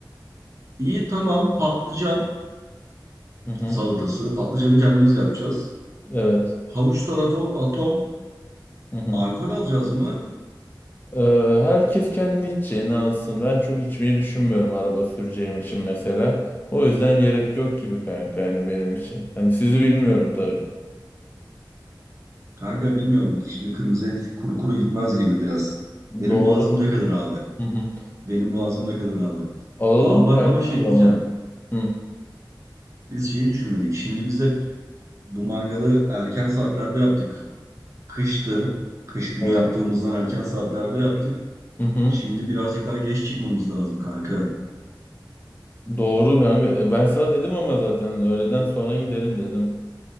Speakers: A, on the right; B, on the left.
A: İyi tamam patlıcan
B: Hı hı.
A: salatası. Patlıcanı kendimiz yapacağız.
B: Evet.
A: Havuç, tarator, atom.
B: Hı hı.
A: Alkol alacağız mı?
B: Ee, herkes kendi içeceğini alsın. Ben çok içmeyi düşünmüyorum araba süreceğim için mesela. O yüzden gerek yok gibi kanka yani benim için. Hani sizi bilmiyorum tabii.
A: Kanka bilmiyorum. Şimdi kırmızı et kuru kuru gitmez gibi biraz. Benim
B: Doğru.
A: boğazımda kalır abi.
B: Hı hı.
A: Benim boğazımda kalır abi.
B: Alalım
A: Aa bak
B: kanka
A: ama şey
B: o zaman.
A: diyeceğim.
B: Hı,
A: Biz şeyi düşünmedik. Şimdi biz hep bu mangalı erken saatlerde yaptık. Kıştı. Kış günü
B: evet.
A: yaptığımızdan erken saatlerde yaptık.
B: Hı hı.
A: Şimdi birazcık daha geç çıkmamız lazım kanka.
B: Doğru kanka. E, Ben sana dedim ama zaten öğleden sonra gidelim dedim.